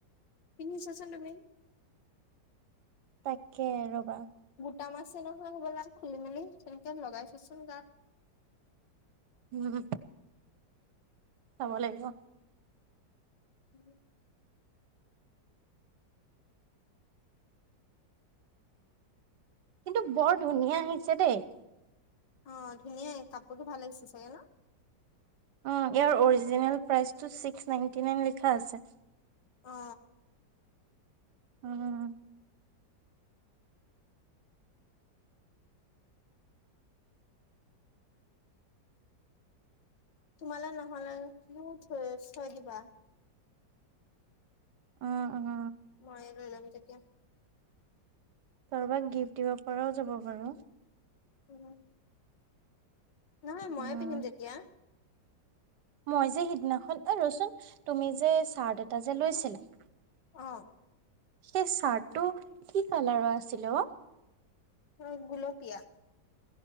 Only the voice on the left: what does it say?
পিন্ধি ছোৱা চোন‌ তুমি।
তাম আছে নহয় বলা খুলি মেলি তেনেকে লগাই থোৱা চোন তাত।
উম।
অ ধুনীয়াই কাপোৰটো ভাল আহিছে চাগে ন।
অ,
তোমাল নহ'লে নো থৈ দিবা।
মই ৰৈ যাম তেতিয়া?
উ, নহয় ময়ে
পিন্ধিম তেতিয়া।
আহ।
অ' গুলোপিয়া।